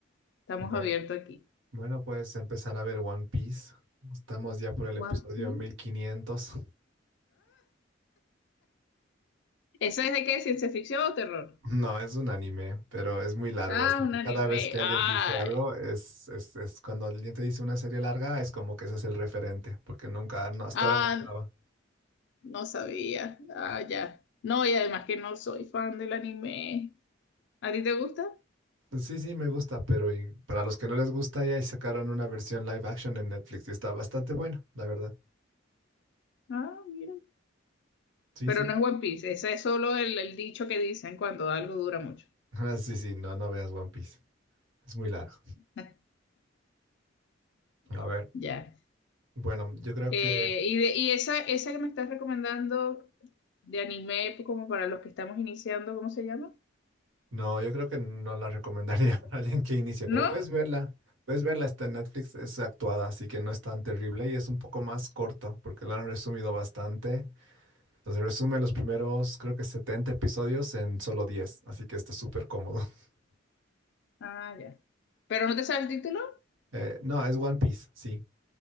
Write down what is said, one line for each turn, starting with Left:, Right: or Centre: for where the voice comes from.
Left: estamos
Right: Bueno,
Left: abiertos aquí.
Right: bueno, puedes empezar a ver One Piece. Estamos ya por el
Left: One
Right: episodio
Left: Piece.
Right: 1500.
Left: ¿Eso es de qué? ¿Ciencia ficción o terror?
Right: No, es un anime, pero es muy largo,
Left: Ah,
Right: así
Left: un
Right: que
Left: anime.
Right: cada vez que alguien
Left: Ay.
Right: dice algo, es, es, es cuando alguien te dice una serie larga, es como que ese es el referente, porque nunca, no, hasta
Left: Ah,
Right: ahora no acaba.
Left: no sabía. Ah, ya. No, y además que no soy fan del anime. ¿A ti te gusta?
Right: Sí, sí, me gusta, pero y para los que no les gusta, ya sacaron una versión live action en Netflix y está bastante buena, la verdad.
Left: Ah, mira.
Right: Sí,
Left: Pero
Right: sí.
Left: no es One Piece. Ese es solo el, el dicho que dicen cuando algo dura mucho.
Right: <laughs> Ah, Sí, sí, no, no veas One Piece, es muy largo.
Left: <laughs>
Right: A ver,
Left: Ya.
Right: bueno, yo creo
Left: Eh,
Right: que
Left: y de- y esa, esa que me estás recomendando de anime, pues, como para los que estamos iniciando, ¿cómo se llama?
Right: No, yo creo que no la recomendaría <laughs> para alguien que inicia,
Left: ¿No?
Right: pero puedes verla. Puedes verla, está en Netflix, es actuada, así que no es tan terrible y es un poco más corto porque lo han resumido bastante. Entonces resume los primeros, creo que 70 episodios en solo 10, así que está súper cómodo. <laughs>
Left: Ah, ya. ¿Pero no te sabe el título?
Right: Eh, no, es One Piece, sí.